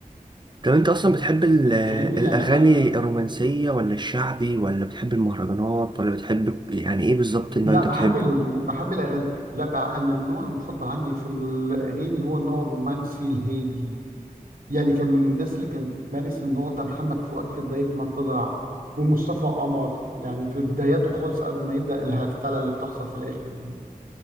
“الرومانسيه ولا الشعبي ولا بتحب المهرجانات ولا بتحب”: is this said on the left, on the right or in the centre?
Right